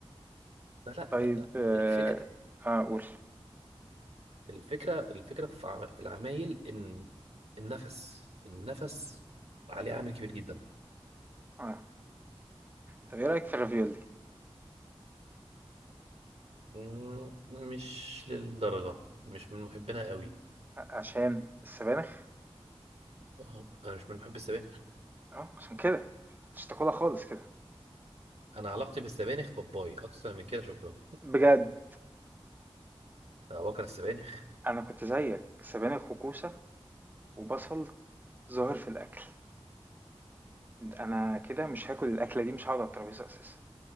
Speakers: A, on the right; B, on the right.
A: لا لا
B: طيب
A: لا لا
B: آه،
A: الفكرة
B: قُل. آه. قول.
A: الفكرة الفكرة في عم- في العمايل إن النفس النفس عليه عامل كبير جدا
B: آه. طب ايه رأيك في الرافيولي
A: مم، مش للدرجة مش من محبينها قوي
B: ع- عشان السبانخ
A: آه، أنا مش من محب السبانخ
B: اه عشان كده مش تاكلها خالص كده
A: أنا علاقتي بالسبانخ باباي أكتر من كده شكرا
B: بجد
A: أنا بكره السبانخ
B: انا كنت زيك سبانخ وكوسة وبصل ظاهر في الاكل انا كده مش هاكل الاكلة دي مش هقعد على الترابيزة اساسا